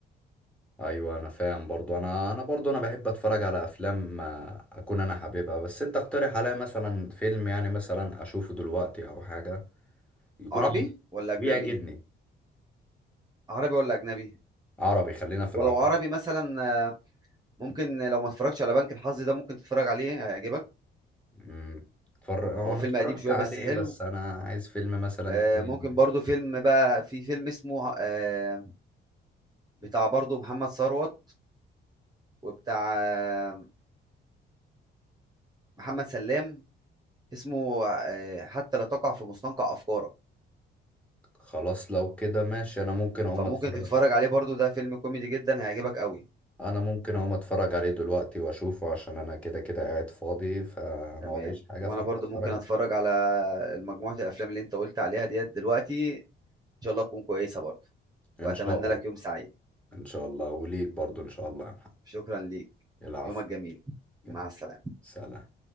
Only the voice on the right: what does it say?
عربي
ولا أجنبي
عربي ولا أجنبي
ولو
عربي مثلا آه، ممكن لو ما اتفرجتش على بنك الحظ ده ممكن تتفرج عليه هيعجبك
هو
فيلم
قديم شويه
بس حلو
آه،
ممكن برضو فيلم بقى في فيلم اسمه آه، بتاع برضو محمد ثروت وبتاع آه، محمد سلام اسمه آه، حتى لا تقع في مستنقع افكارك
فممكن
تتفرج عليه برضو ده فيلم كوميدي جدا هيعجبك قوي
تمام
وانا
برضو ممكن اتفرج
على مجموعه الافلام اللي انت قلت عليها ديت دلوقتي ان شاء الله تكون كويسه برضو
واتمنى
لك
يوم سعيد
شكرا ليك
يومك جميل مع
السلامه